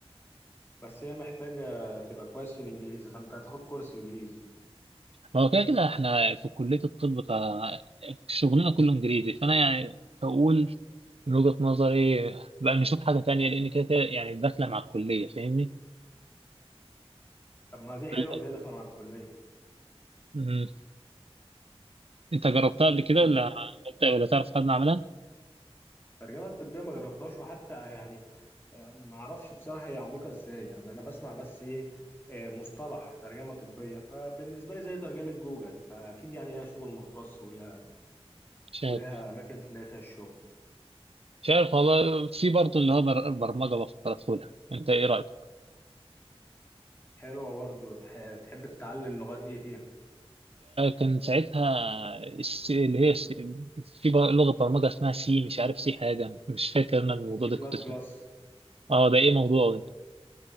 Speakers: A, on the left (about 20°); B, on the right (about 70°).
A: بس هي محتاجة تبقى كويس في الانجليزي فانت هتاخد كورس انجليزي
B: ما هو كده كده احنا في كليه الطب ف شغلنا كله انجليزي فانا يعني بقول من وجهه نظري بقى نشوف حاجه تانية لان كده كده يعني داخله مع الكليه فاهمني
A: طب ما دي حلوة
B: ولا-
A: ان هي داخلة مع الكلية
B: امم انت جربتها قبل كده
A: فاهم
B: ولا
A: ازاي
B: عملت ولا تعرف حد عملها
A: الترجمه الطبيه ما جربتهاش وحتى يعني آه، ما اعرفش بصراحه هي عميقه ازاي يعني انا بسمع بس ايه آه، مصطلح ترجمه طبيه فبالنسبه لي زي ترجمه جوجل فاكيد يعني ليها شغل مختص وليها
B: مش عارف
A: وليها اماكن تلاقي فيها الشغل
B: مش عارف والله في برضه اللي هو بر- برمجه بفكر ادخلها انت ايه رايك
A: حلوه برضه تح- تحب تتعلم لغات ايه فيها
B: كان ساعتها الس- اللي هي الس- في بر- لغة برمجة اسمها سي مش عارف سي حاجة مش فاكر أنا الموضوع
A: سي
B: ده
A: بلس
B: كنت اسمه
A: بلس
B: إيه. اه ده إيه موضوع ده